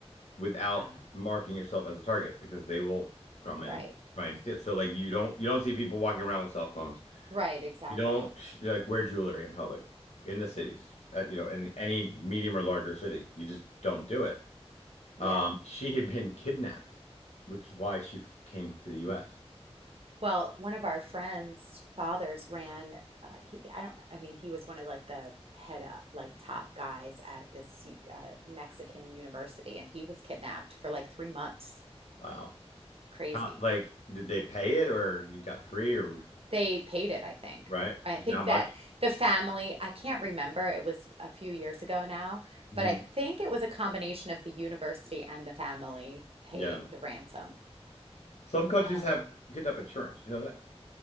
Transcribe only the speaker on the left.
without
marking yourself as a target because they will come and
try and steal. So like you don't you don't see people walking around with cell phones.
You don't like wear jewelry in public in the cities at you know in any medium or larger city. You just don't do it.
Um, she had been kidnapped, which is why she f- came to the US.
Wow.
How- like, did they pay it or he got free or
Right.
You
know how much?
Mhm.
Yeah.
Some countries
have kidnap insurance. You know that?